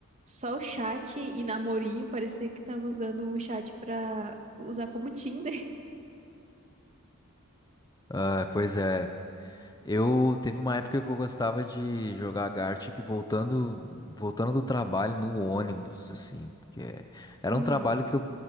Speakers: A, on the right; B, on the left.
A: só o chat e namorinho, parecia que tava usando o chat pra usar como Tinder. <laughs>
B: Ah, pois é. Eu teve uma época que eu gostava de jogar Gartic voltando, voltando do trabalho no ônibus, assim, porque era
A: Uhum.
B: um trabalho que eu